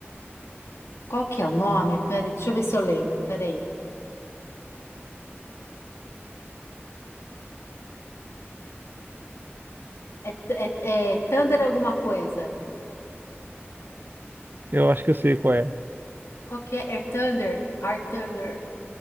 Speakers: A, on the left; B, on the right.
A: qual que é o nome? Pera, deixa eu ver se eu lembro. Peraí. É, t- é, é Thunder alguma coisa.
B: Eu acho que eu sei qual é.
A: Qual que é? Air Thunder? Air Thunder.